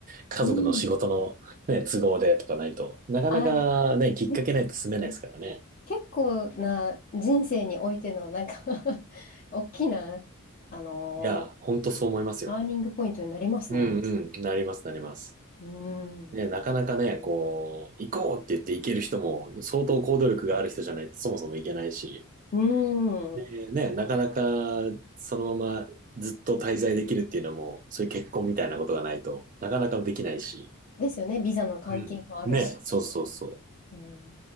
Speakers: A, on the right; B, on the left.
A: 家族の仕事のね、
B: うん。
A: 都合でとかないと、なかなかね、
B: あ、
A: きっかけないと住めないですからね。
B: ですね。結構な人生においての、なんか <laughs> 大きな、あのー
A: いや、ほんとそう思いますよ。
B: ターニングポイントになりますもん。
A: うんうん、なりますなります。
B: うん。
A: ね、なかなかね、こう、行こうって言って行ける人も、相当行動力がある人じゃないとそもそも行けないし、
B: う
A: で、
B: ん。
A: ね、なかなかそのままずっと滞在できるっていうのも、そういう結婚みたいなことがないとなかなかできないし、
B: ですよね。ビザの関係もあるし。
A: うん。ね、そうそうそう。
B: うん、